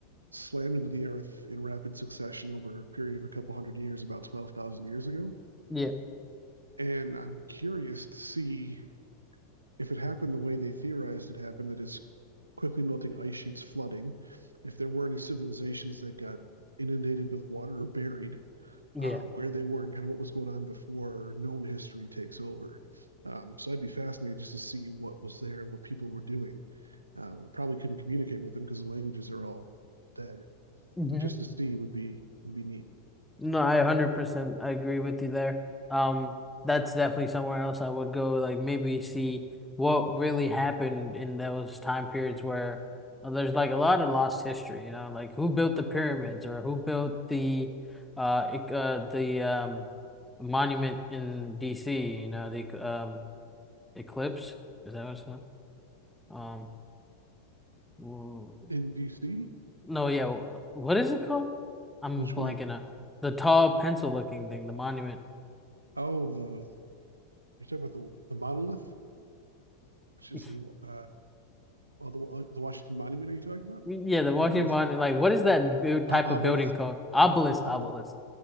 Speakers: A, on the right; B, in the centre.
A: slammed into the Earth in rapid succession over a period of a couple hundred years, about 12,000 years ago.
B: Yeah.
A: And I'm curious to see if it happened the way they theorized it happened, that is, quickly melting ice sheets flooding, if there were any civilizations that got inundated with water or buried,
B: Yeah.
A: uh, where they were and kind of what was going on before known history takes over. Um, so I'd be fascinated just to see what was there and what people were doing. Uh, we probably couldn't communicate with them because the languages are all dead,
B: hmm
A: but just to see would be would be neat.
B: No, I 100% I agree with you there. Um that's definitely somewhere else I would go like maybe see what really happened in those time periods where uh, there's like a lot of lost history, you know, like who built the pyramids or who built the uh, ec- uh the um monument in DC, you know, the ec- um eclipse. Is that what it's called? Um, w-
A: In DC,
B: no, yeah. w- What is it called? I'm
A: which
B: blanking
A: one?
B: out. The tall pencil looking thing, the monument.
A: Oh, the you're talking about the the monolith, which
B: <laughs>
A: is the uh, well, the, uh, the Washington Monument. Are you talking about?
B: Yeah, the Washington
A: Or am I missing
B: Monument. Like, what is that build type
A: uh, obelisk?
B: of building called? Obelisk, obelisk.
A: Obelisk.